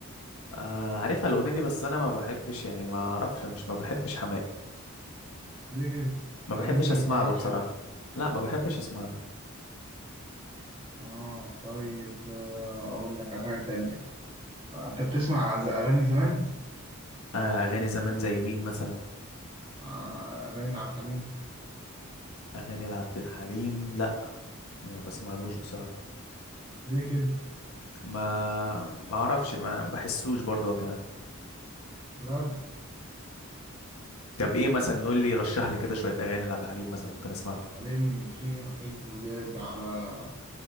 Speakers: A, on the left; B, on the right.
A: آه عارفها الاغنيه دي بس انا ما بحبش يعني ما اعرفش مش ما بحبش حماقي
B: ليه كده؟
A: ما
B: أغانيه
A: بحبش اسمع
B: متعجبكش
A: له بصراحه
B: ولا إيه؟
A: لا ما بحبش اسمع له
B: آه طيب آه، أقول لك على حاجة تانية آه، أنت بتسمع ز- أغاني زمان؟
A: آه اغاني زمان زي مين مثلا
B: آه، أغاني عبد الحليم
A: اغاني لعبد الحليم لا ما بسمعلوش بصراحه
B: ليه كده؟
A: ما ما اعرفش ما بحسوش برضه هو كمان
B: بجد
A: طب ايه مثلا قول لي رشح لي كده شويه اغاني لعبد الحليم مثلا ممكن اسمعها
B: عبد الحليم في على حزب وداد على